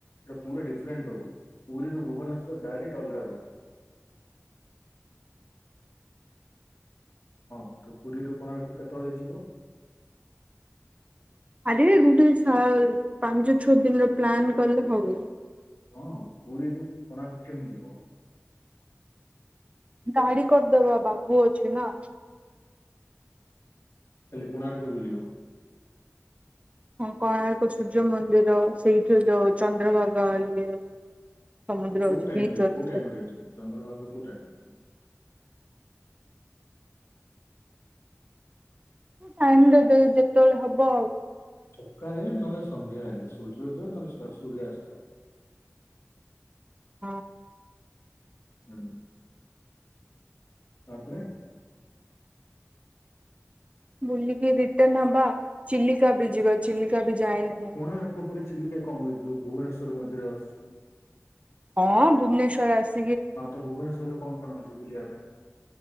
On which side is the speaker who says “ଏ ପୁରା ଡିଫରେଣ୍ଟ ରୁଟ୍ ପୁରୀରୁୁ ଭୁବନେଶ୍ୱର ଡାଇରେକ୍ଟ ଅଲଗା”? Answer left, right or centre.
Left